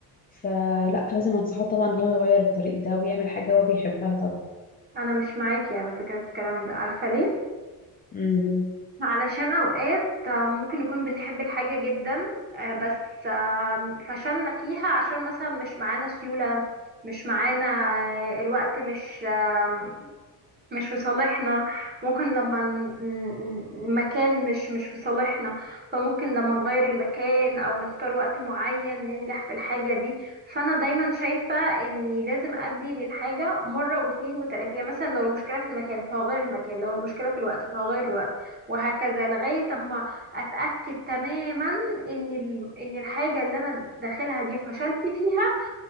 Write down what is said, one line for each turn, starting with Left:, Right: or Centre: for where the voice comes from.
Left: فلا لازم أنصحه طبعا إن هو يغير الطريق ده ويعمل حاجة هو بيحبها طبعا
Right: انا مش معاكي على فكرة في الكلام ده عارفة ليه
Left: مم.
Right: علشان اوقات آه، ممكن نكون بنحب الحاجة جدا آه، بس آه، فشلنا فيها عشان مثلا مش معانا سيولة مش معانا آه، الوقت مش آه، مش في صالحنا ممكن لما ن- ن- المكان مش مش في صالحنا فممكن لما نغير المكان او نختار وقت معين ننجح في الحاجة دي فانا دايما شايفة اني لازم ادي للحاجة مرة واتنين وتلاتة يعني مثلا لو المشكلة في المكان فهغير المكان لو المشكلة في الوقت فهغير الوقت وهكذا لغاية اما اتأكد تماما ان ال- ان الحاجة اللي انا داخلها دي فشلت فيها